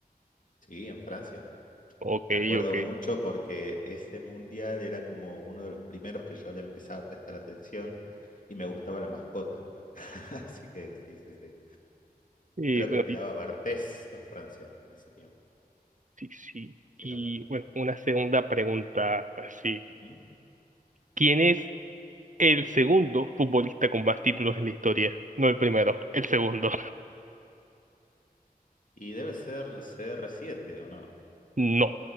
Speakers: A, on the left; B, on the right.
A: Sí, en Francia.
B: Ok,
A: Me acuerdo
B: ok.
A: mucho porque ese mundial era como uno de los primeros que yo le empezaba a prestar atención y me gustaba la mascota. <laughs> Así que sí, sí, sí.
B: Y
A: Creo
B: bueno,
A: que quedaba
B: y-
A: Bartés en Francia en ese tiempo,
B: sí, sí. Y
A: si no me equivoco.
B: bueno, una segunda pregunta, sí.
A: Ujú.
B: ¿Quiénes El segundo futbolista con más títulos en la historia. No el primero, el segundo.
A: Y debe ser cr siete o no,
B: No.